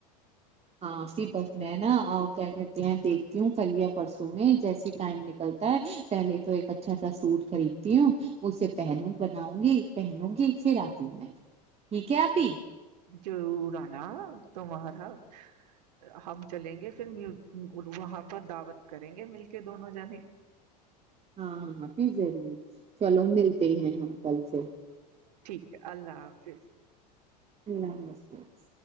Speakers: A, on the right; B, on the right.
A: ہاں پی بس میں ہے نا اور کیا کہتے ہیں تی ہوں کلیا پرسوں میں جیسی ٹائم نکلتی پہلے تو ایک اچھا سا سوٹ خریدتی ہوں اسے پہنوں بناؤں گی پہنوں گی پھر آتی ہوں میں ٹھیک ہے آپ ہی
B: چرور آنا تمہارا <unintelligible> ہم چلیں گے پھر وہاں پر دعوت کریں گے مل کے دونوں جنے
A: ہاں ہاںپ ضر چلو ملتے ہیں ہ کل سے جھ <unintelligible>
B: ٹھیک ہے اللہ حافظ
A: اللہ حافظ